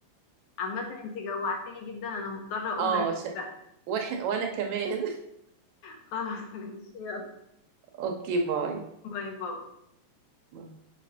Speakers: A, on the left; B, on the right.
A: عامة انت جوعتيني جدا انا مضطرة اقوم
B: اه
A: اكل
B: ش...
A: بقى
B: واحنا وانا كمان
A: خلاص ماشي يلا
B: <laughs> اوكي باي
A: باي باي
B: باي.